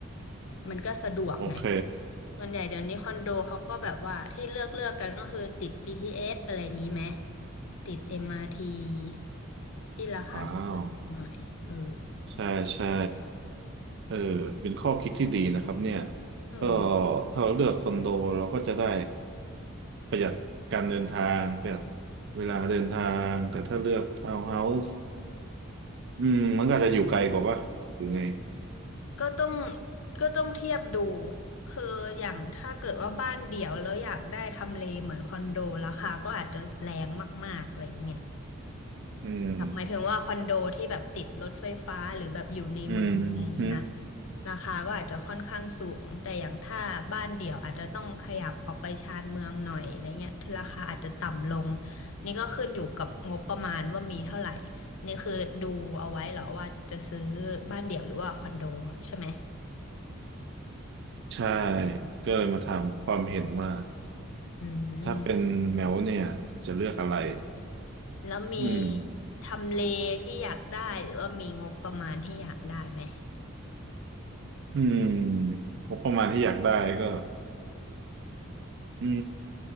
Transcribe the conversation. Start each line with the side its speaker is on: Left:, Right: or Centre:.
Left: มันก็สะดวกไง
Right: โอเค
Left: ส่วนใหญ่เดี๋ยวนี้คอนโดเขาก็แบบว่าที่เลือกเลือกกันก็คือติด BTS อสอะไรอย่างนี้ไหมติด MRT ทีที่ราคาสูงหน่อยเออ
Right: ว้าวใช่ใช่เออเป็นข้อคิดที่ดีนะครับเนี่ย
Left: เออ
Right: ก็ถ้าเราเลือกคอนโดเราก็จะได้ ประหยัดการเดินทางประหยัดเวลาเดินทางแต่ถ้าเลือกทาวน์เฮาส์อืมมันก็อาจจะอยู่ไกลกว่าปะหรือไง
Left: ก็ต้องก็ต้องเทียบดูคืออย่างถ้าเกิดว่าบ้านเดี่ยวแล้วอยากได้ทำเลเหมือนคอนโดราคาก็อาจจะแรงมากๆอะไรอย่างเงี้ย
Right: อืม
Left: แบบหมายถึงว่าคอนโดที่แบบติดรถไฟฟ้าหรือแบบอยู่ในเมืองอะไรอย่างนี้นะ
Right: อืมฮึ
Left: ราคาก็อาจจะค่อนข้างสูงแต่อย่างถ้าบ้านเดี่ยวอาจจะต้องขยับออกไปชานเมืองหน่อยอะไรเงี้ยถึงราคาอาจจะต่ำลงนี่ก็ขึ้นอยู่กับงบประมาณว่ามีเท่าไหร่นี่คือดูเอาไว้เหรอว่าจะซื้อบ้านเดี่ยวหรือว่าคอนโดใช่ไหม
Right: ใช่ก็เลยมาถามความเห็นว่า
Left: อืม
Right: ถ้าเป็นแมวเนี่ยจะเลือกอะไร
Left: แล้วมี
Right: อืม
Left: ทำเลที่อยากได้หรือว่ามีงบประมาณที่อยากได้ไหม
Right: อืมงบประมาณที่อยากได้ก็อื